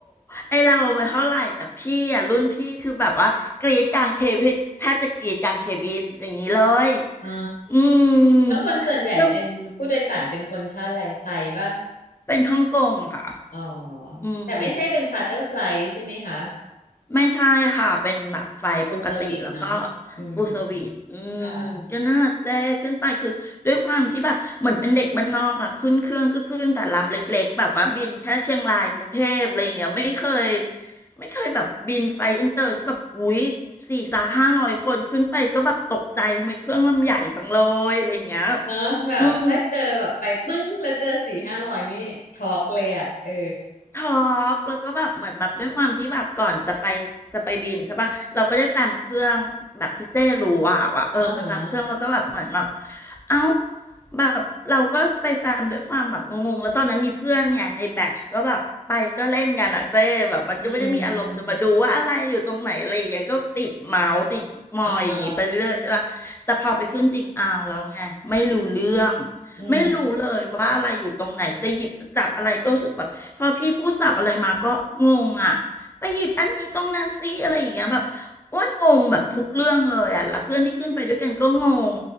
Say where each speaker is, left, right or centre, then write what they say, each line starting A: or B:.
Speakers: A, on the left; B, on the left.
A: ไอเราไม่เท่าไหร่แต่พี่อ่ะรุ่นพี่คือแบบว่ากรีดกลางเคบินแทบจะกรีดกลางเคบินอย่างนี้เลย
B: อ๋อ
A: อืม
B: แล้วคนส่วนใหญ่เป็นผู้โดยสารเป็นคนชาติอะไรไทยป่ะ
A: คือเป็นฮ่องกงค่ะ
B: อ๋อ
A: อืม
B: แต่ไม่ใช่เป็นชาร์เตอร์ไฟล์ใช่ไหมคะ
A: ไม่ใช่ค่ะ เป็นแบบไฟปกติแล้วก็
B: ฟูลเซอร์วิสเนาะอืม
A: ฟูลสวีทอืมก็นั่นแหละเจ้ขึ้นไปคือด้วยความที่แบบเหมือนเป็นเด็กบ้านนอกอ่ะขึ้นเครื่องก็ขึ้นแต่ลำเล็กๆแบบว่าบินแค่เชียงรายกรุงเทพอะไรอย่างเงี้ยไม่เคย
B: ค่ะ
A: ไม่เคยแบบบินไฟอินเตอร์ที่แบบหุยสี่สาห้าร้อยคนขึ้นไปก็แบบตกใจทำไมเครื่องลำใหญ่จังเลยอะไรอย่างเงี้ย
B: เนาะแบบถ้าเจอแบบไปปึ้งแล้วเจอสี่ห้าร้อยนี่ช็อกเลยอ่ะเออ
A: อืม ทอล์กแล้วก็แบบเหมือนแบบด้วยความที่แบบก่อนจะไปจะไปบินใช่ปะเราก็ได้แฟ้มเครื่องแบบที่เจ้รู้ว่าว่ะเออไปแฟ้มเครื่องแล้วก็แบบเหมือนแบบ
B: อ่าฮะ
A: เอ้าแบบเราก็ไปแฟ้มด้วยความแบบงงๆแล้วตอนนั้นมีเพื่อนเนี่ยในแบชก็แบบไปก็เล่นกันอะเจ้แบบมันก็ไม่ได้มีอารมณ์จะมาดูว่าอะไรอยู่ตรงไหนอะไรอย่างเงี้ยก็ติดเมาส์ติดมอยอย่างงี้ไปเรื่อยๆใช่ปะแต่พอไปขึ้นจริงเอาแล้วไงไม่รู้เรื่อง
B: อืมอ่าฮะอืม
A: ไม่รู้เลยว่าอะไรอยู่ตรงไหนจะหยิบจะจับอะไรก็รู้สึกแบบพอพี่พูดศัพท์อะไรมาก็งงอ่ะไปหยิบอันนี้ตรงนั้นซิอะไรอย่างเงี้ยแบบอ้วนงงแบบทุกเรื่องเลยอ่ะแล้วเพื่อนที่ขึ้นไปด้วยกันก็งง